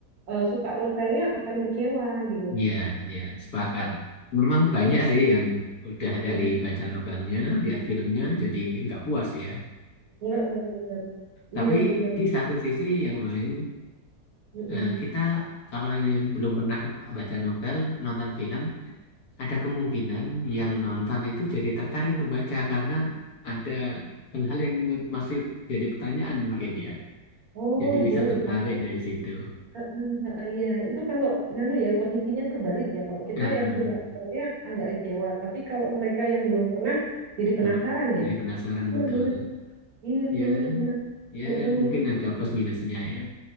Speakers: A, on the right (about 65°); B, on the left (about 70°).
A: eh, suka novelnya akan kecewa gitu.
B: Iya, iya, sepakat. Memang banyak
A: Iya,
B: sih yang udah
A: mm,
B: dari baca novelnya, lihat filmnya, jadi nggak puas ya.
A: nggak-
B: Tapi
A: iya benar.
B: di satu sisi yang lain,
A: Mm-mm.
B: eh, kita kalau yang yang belum pernah baca novel, nonton film, ada kemungkinan yang nonton itu jadi tertarik untuk baca karena ada hal-hal yang mu- masih jadi pertanyaan mungkin ya.
A: Oh
B: Jadi
A: iya
B: bisa tertarik
A: benar.
B: dari situ.
A: Heeh, heeh, Iya, itu kalau nganu ya posisinya terbalik ya. Kalau kita
B: Ya, eh,
A: yang suka soalnya agak kecewa, tapi kalau mereka yang belum pernah jadi
B: benar.
A: penasaran ya.
B: jadi penasaran
A: Benar-benar,
B: betul.
A: iya
B: Ya,
A: benar-benar,
B: Ya,
A: Mm-mm,
B: mungkin ada plus minusnya ya.